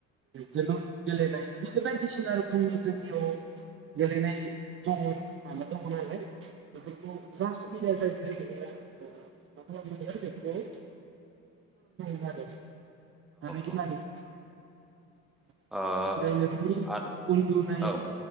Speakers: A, on the right; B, in the centre.
A: जोलुर गेलेनाय बिदिनो बायदिसिना रखमनि जोंनियाव गेलेनाय दङ माबा दङ नालाय बेफोरखौ जा सुबिदा जायो <unintelligible> <unintelligible> <unintelligible>
B: औ
A: <unintelligible>
B: ओ आदा
A: उन्दुनाय
B: औ